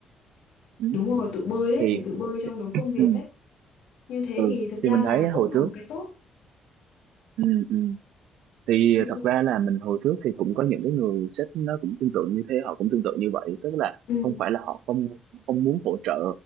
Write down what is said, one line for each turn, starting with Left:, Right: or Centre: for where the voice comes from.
Right: ừ.
Left: đúng rồi, tự bơi đấy,
Right: thì
Left: phải tự bơi trong đống công việc
Right: ừ.
Left: đấy. Như thế
Right: ừ
Left: thì thực ra
Right: thì mình
Left: là
Right: thấy hồi
Left: cũng là
Right: trước
Left: một cái tốt.
Right: ừ, ừ. thì
Left: Nhưng
Right: thật ra là mình hồi trước thì cũng có những cái người sếp nó cũng tương tự như thế họ cũng tương tự như vậy tức là
Left: Ừ.
Right: không phải là họ không không muốn hỗ trợ